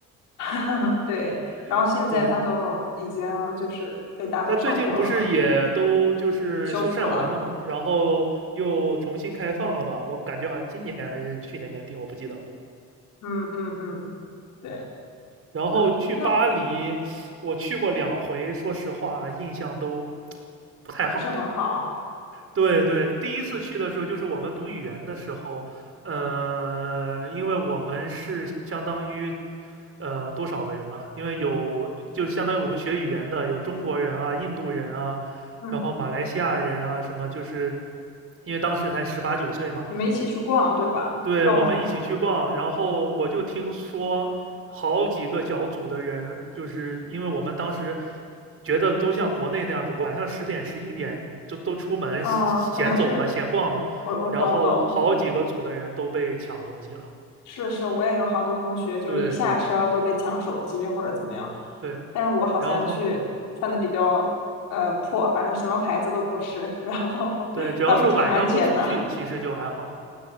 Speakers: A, on the left; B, on the right.
A: <laughs> 对。然后现在它都已经就是被大火烧过了嘛，
B: <laughs> 对，他最近不是也都就是修缮完了吗？
A: 修复了。
B: 然后又重新开放了吧？我感觉好像今年还是去年年底，我不记得了。
A: 嗯嗯嗯，对，
B: 然后去巴黎，
A: 嗯，那
B: 我去过两回，说实话啊印象都不太好。
A: 不是很好。
B: 对对，第一次去的时候就是我们读语言的时候，呃，因为我们是相当于，呃，多少个人啊？因为有就是相当于我们学语言的有中国人啊、印度人啊，
A: 嗯，
B: 然后马来西亚人啊什么，就是因为当时才十八九岁嘛，
A: 你们一起去逛，对吧？
B: 对，
A: 逛逛，
B: 我们一起去逛，然后我就听说好几个小组的人，就是因为我们当时觉得都像国内那样子，晚上十点、十一点就都出门闲走嘛、
A: 嗯，可能是
B: 闲逛嘛，
A: 我我懂懂。
B: 然后好几个组的人都被抢东西了。
A: 是是，我也有好多同学，就是一下车都被抢手机或者怎么样，
B: 对对对，
A: 但是我好像去穿的比较呃破，
B: 然后
A: 反正什么牌子都不是，然后
B: 对，
A: <laughs>
B: 只要是晚上不出去，
A: 倒是挺安全的。
B: 其实就还好。